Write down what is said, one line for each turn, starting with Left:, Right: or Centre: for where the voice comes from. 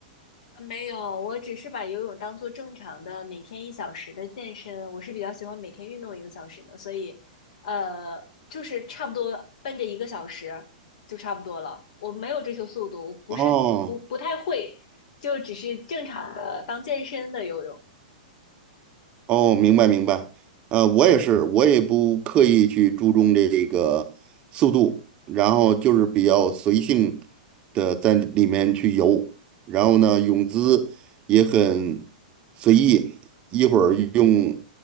Left: 没有，我只是把游泳当做正常的每天一小时的健身。我是比较喜欢每天运动一个小时的，所以，呃，就是差不多奔着一个小时就差不多了。我没有追求速度，我不是不不太会，
Right: 哦
Left: 就只是正常的当健身的游泳。
Right: 哦，明白明白，呃，我也是，我也不刻意去注重这个速度，然后就是比较随性的在里面去游，然后呢，泳姿也很随意，一会儿用